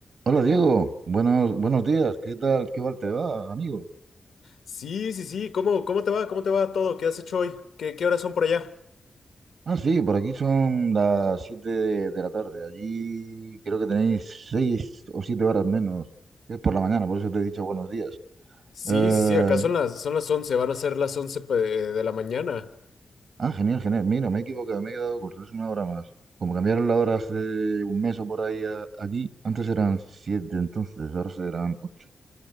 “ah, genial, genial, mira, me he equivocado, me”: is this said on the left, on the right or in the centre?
Right